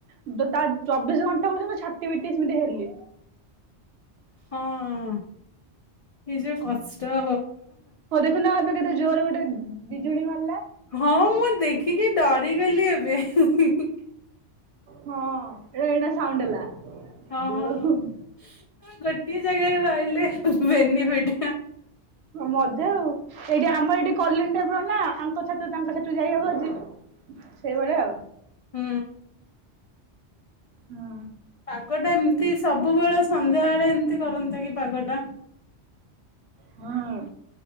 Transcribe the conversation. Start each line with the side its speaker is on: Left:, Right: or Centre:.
Right: ଯୋଉ ତା ଚବିଶ ଘଣ୍ଟା ପର୍ଯ୍ୟନ୍ତ ଛାଟି ପିଟି ସେମିତି ହେଲି।
Left: ହଁ ଇଏ ଯୋଉ କଷ୍ଟ।
Right: ହଁ ଦେଖୁନା ଏବେ କେତେ ଜୋରେ ଗୋଟେ ବିଜୁଳି ମାରଲା।
Left: ହଁ ମୁଁ ପା ଦେଖିକି ଡରିଗଲି ଏବେ ହୁଁ ହୁଁ ହୁଁ।
Right: ହଁ ଏ ଏଇନା ସାଉଣ୍ଡ ହେଲା।
Left: ହଁ
Right: ଦୁମ୍।
Left: ହଁ ଉଁ ଗୋଟିଏ ଜାଗାରେ ରହିଲେ ବେନିଫିଟ୍।
Right: ମଜା ଆଉ ଏଇଠି ଆମ ଏଇଠି କଲନୀ ଟାଇପ୍ ର ନାଁ ଆଙ୍କ ଛାତ ତାଙ୍କ ଛାତ ଯାଇହବ ଯି ସେଇଭଳିଆ ଆଉ।
Left: ହୁଁ।
Right: ହୁଁ।
Left: ପାଗଟା ଏମତି ସବୁବେଳେ ସନ୍ଧ୍ୟା ବଳେ ଏମତି କରନ୍ତା କି ପାଗଟା।
Right: ହଁ ହଁ।